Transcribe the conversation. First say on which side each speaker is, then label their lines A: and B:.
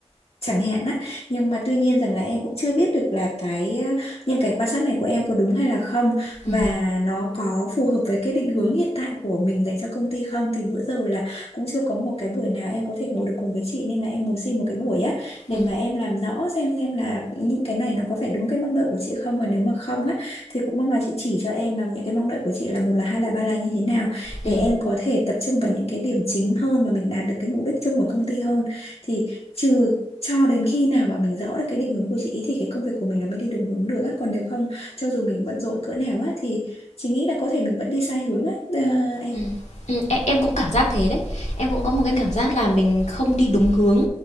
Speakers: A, on the left (about 60°); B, on the left (about 80°).
A: chẳng hạn á nhưng mà tuy nhiên rằng là em cũng chưa biết được là cái ờ, những cái quan sát này của em có đúng hay là không
B: Ừ,
A: và nó có phù hợp với cái định hướng hiện tại của mình dành cho công ty không thì bữa giờ là cũng chưa có một cái buổi nào em có thể ngồi được cùng với chị nên là em muốn xin một cái buổi á để
B: ừ,
A: mà em làm rõ xem xem là những cái này nó có phải đúng cái mong đợi của chị không và nếu mà không á thì cũng mong là chị chỉ cho em là những cái mong đợi của chị là một là hai là ba là như thế nào để
B: ừ,
A: em có thể tập trung vào những cái điểm chính hơn và mình đạt được cái mục đích chung của công ty hơn thì trừ cho đến khi nào mà mình rõ được cái định hướng của chị ý thì cái công việc của mình nó mới đi đúng hướng được á còn nếu không cho dù mình bận rộn cỡ nào á thì chị nghĩ là có thể mình vẫn đi sai hướng á à, em
B: ừ. Ừ, e- em
A: ừ
B: cũng cảm giác thế đấy. Em cũng có một cái
A: ừ
B: cảm giác là mình không đi đúng hướng